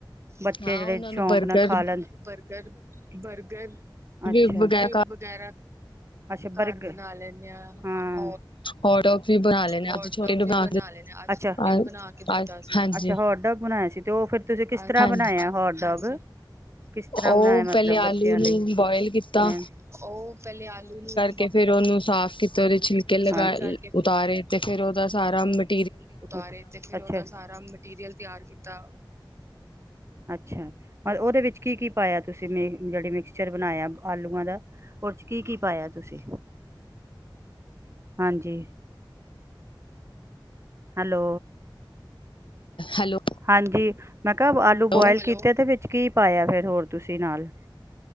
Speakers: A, on the right (about 35°); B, on the left (about 80°).
A: ਬੱਚੇ
B: ਹਾਂ
A: ਜਿਹੜੇ
B: ਉਹਨਾਂ
A: ਸ਼ੌਕ
B: ਨੂੰ ਬਰਗਰ
A: ਨਾਲ ਖਾ ਲੈਂਦੇ ਬਰਗਰ ਬਰਗਰ। ਅੱਛਾ
B: ਵੀ ਵਗੈਰਾ
A: ਮੀਟ
B: ਘਰ
A: ਵਗੈਰਾ। ਅੱਛਾ ਘਰ ਬਣਾ ਲੈਣੇ ਆ ਹਾਂ
B: ਹੋਟਡੋਗ ਵੀ ਬਣਾ ਲੈਂਦੇ
A: ਹੋਟ
B: ਆ ਅੱਜ ਛੋਟੇ
A: ਡੋਗ
B: ਨੂੰ
A: ਵੀ ਬਣਾ
B: ਕੇ
A: ਲੈਂਣੇ ਆ। ਅੱਛਾ
B: ਹਾਂਜੀ
A: ਬਣਾ ਕੇ ਦਿੱਤਾ ਸੀ
B: ਹਾਂਜੀ।
A: ਅੱਛਾ ਹੋਟ ਡੋਗ ਬਣਾਇਆ ਸੀ ਤੇ ਉਹ ਫਿਰ ਤੁਸੀਂ ਕਿਸ ਤਰ੍ਹਾਂ
B: ਹਾਂਜੀ
A: ਬਣਾਇਆ ਹੋਟ ਡੋਗ? ਕਿਸ ਤਰ੍ਹਾਂ
B: ਉਹ
A: ਬਣਾਇਆ ਮਤਲਬ
B: ਪਹਿਲੇ ਆਲੂ
A: ਬੱਚਿਆਂ
B: ਨੂੰ
A: ਲਈ ਹੂੰ?
B: ਬੋਇਲ ਕੀਤਾ
A: ਉਹ ਪਹਿਲੇ ਆਲੂ ਨੂੰ
B: ਕੇ ਫੇਰ ਉਹਨੂੰ ਸਾਫ਼ ਕੀਤਾ, ਉਹਦੇ ਛਿਲਕੇ ਲਗਾਏ
A: ਹਾਂ
B: ਉਤਾਰੇ ਤੇ ਫੇਰ ਉਹਦਾ ਸਾਰਾ ਮਿੱਟ
A: ਉਤਾਰੇ ਤੇ ਫੇਰ ਉਹਦਾ ਸਾਰਾ ਮੈਟੀਰੀਅਲ ਤਿਆਰ ਕੀਤਾ। ਅੱਛਾ, ਉਹਦੇ ਵਿੱਚ ਕੀ-ਕੀ ਪਾਇਆ ਤੁਸੀਂ ਮੇ ਜਿਹੜੀ ਮਿਕਸਚਰ ਬਣਾਇਆ ਆਲੂਆਂ ਦਾ? ਉਹ ਚ ਕੀ ਕੀ ਪਾਇਆ ਤੁਸੀਂ ਹਾਂਜੀ! ਹੈਲੋ।
B: ਹੈਲੋ
A: ਹਾਂਜੀ, ਮੈਂ ਕਿਹਾ ਆਲੂ
B: ਹੈਲੋ
A: ਬੋਇਲ ਕੀਤੇ ਤੇ ਵਿੱਚ ਕੀ ਪਾਇਆ ਫਿਰ ਹੋਰ ਤੁਸੀਂ ਨਾਲ?